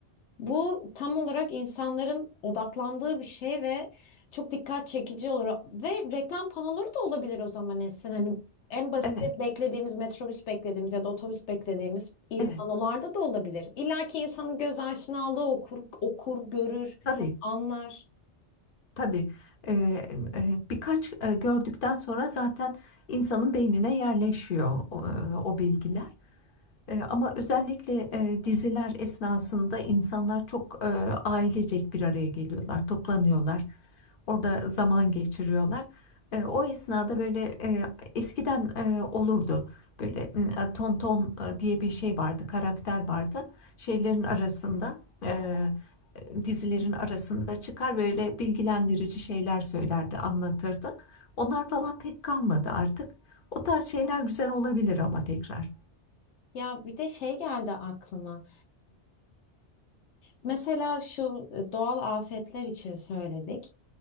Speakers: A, on the left (about 80°); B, on the left (about 55°).
A: bu tam olarak insanların odaklandığı bir şey ve çok dikkat çekici olur. Ve reklam panoları da olabilir o zaman Esin. Hani en basit
B: Evet,
A: beklediğimiz metrobüs beklediğimiz ya da otobüs beklediğimiz iyi
B: evet.
A: panolarda da olabilir. İlla ki insanın göz aşinalığı okur, okur, görür,
B: Tabii.
A: anlar.
B: Tabii e, e, birkaç e, gördükten sonra zaten insanın beynine yerleşiyor o, e, o bilgiler. E, Ama özellikle e, diziler esnasında insanlar çok e, ailecek bir araya geliyorlar, toplanıyorlar. Orada zaman geçiriyorlar. E, o esnada böyle e, eskiden e, olurdu. Böyle m, e, tonton e, diye bir şey vardı, karakter vardı. Şeylerin arasında, e, dizilerin arasında çıkar böyle bilgilendirici şeyler söylerdi, anlatırdı. Onlar falan pek kalmadı artık. O tarz şeyler güzel olabilir ama tekrar.
A: Ya bir de şey geldi aklıma. Mesela şu e, doğal afetler için söyledik.